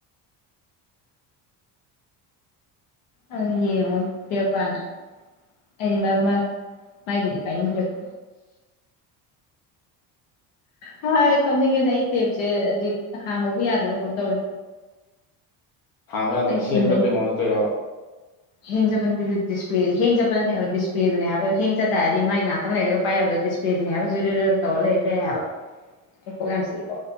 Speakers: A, on the left (about 80°); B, on the left (about 55°).
A: ꯑꯗꯣ ꯌꯦꯡꯉꯣ ꯄꯤꯔꯛꯄ꯭ꯔꯅ ꯑꯩꯗꯤ ꯃꯥꯏ ꯃ ꯃꯥꯏꯗꯨꯗꯤ ꯄꯥꯏꯅꯤꯡꯗ꯭ꯔꯦꯕ ꯍꯥ ꯑꯩ ꯀꯞꯅꯤꯡꯉꯦꯗ ꯑꯩ ꯇꯦꯞꯁꯦ ꯍꯧꯖꯤꯛ ꯍꯥꯡꯕꯕꯨ ꯌꯥꯗ꯭ꯔꯥꯕ ꯀꯝ ꯇꯧꯔꯦ
B: ꯍꯥꯡꯕ ꯌꯥꯗꯕ
A: ꯑꯩ
B: ꯍꯦꯡ
A: ꯁꯤꯟꯕꯩ
B: ꯆꯠꯄꯩ ꯃꯉꯣꯟꯗ ꯇꯣꯏꯔꯕ
A: ꯍꯦꯡ ꯆꯠꯄ ꯅꯠꯇꯦ ꯗꯤꯁꯄ꯭ꯔꯦ ꯍꯦꯡ ꯆꯠꯄ ꯅꯠꯇꯦ ꯍꯥꯏꯕ ꯗꯤꯁꯄ꯭ꯂꯦꯗꯨꯅꯦ ꯍꯥꯏꯕ ꯍꯦꯡ ꯆꯠ ꯇꯥꯔꯗꯤ ꯃꯥꯏ ꯉ ꯇꯪ ꯂꯩꯔꯒ ꯄꯥꯏ ꯍꯥꯏꯕꯗꯣ ꯗꯤꯁꯄ꯭ꯂꯦꯗꯨꯅꯤ ꯍꯥꯏꯕ <unintelligible> ꯇꯧ ꯂꯩꯔ ꯂꯩꯔꯦ ꯍꯥꯏꯕ ꯑꯩ ꯀꯣꯛ ꯌꯥꯝ ꯆꯤꯛꯏꯀꯣ